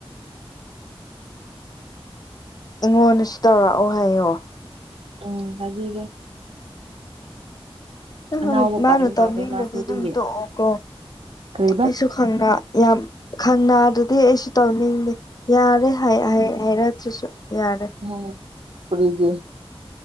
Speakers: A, on the left; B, on the right.
A: ꯑꯩꯉꯣꯟꯗꯁꯨ ꯇꯧꯔꯛꯑꯣ ꯍꯥꯏꯌꯣ
B: ꯎꯝ ꯍꯥꯏꯕꯤꯒꯦ
A: ꯍꯣꯏ
B: ꯑꯅꯥꯎꯕ
A: ꯍꯣꯏ ꯃꯥꯅ
B: ꯄꯥꯏꯕ
A: ꯇꯧꯅꯤꯡꯗ꯭ꯔꯗꯤ
B: ꯃꯥꯜꯂꯦ ꯃꯥꯁꯨ
A: ꯑꯗꯨꯝ
B: ꯑꯗꯨꯒꯤ
A: ꯇꯣꯛꯑꯣꯀꯣ
B: ꯀꯔꯤꯕ
A: ꯑꯩꯁꯨ ꯈꯪꯅ ꯌꯥꯝ ꯈꯟꯅ ꯗꯨꯗꯤ ꯑꯩꯁꯨ ꯇꯧꯅꯤꯡꯗꯦ ꯌꯥꯔꯦ ꯍꯥꯏ ꯍꯥꯏ ꯍꯥꯏꯔ꯭ꯛꯇ꯭ꯔꯁꯨ ꯌꯥꯔꯦ
B: ꯎꯝ ꯀꯔꯤꯒꯤ